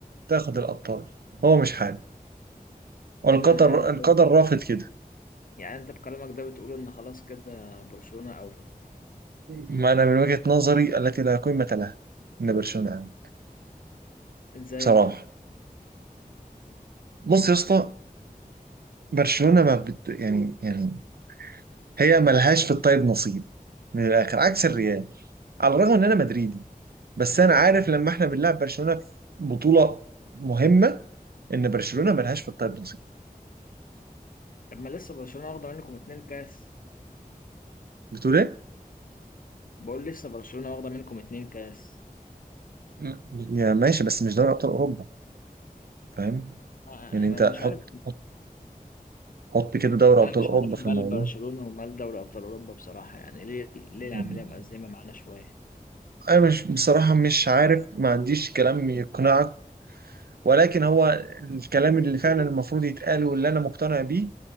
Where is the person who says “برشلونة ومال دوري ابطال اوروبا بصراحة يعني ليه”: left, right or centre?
Left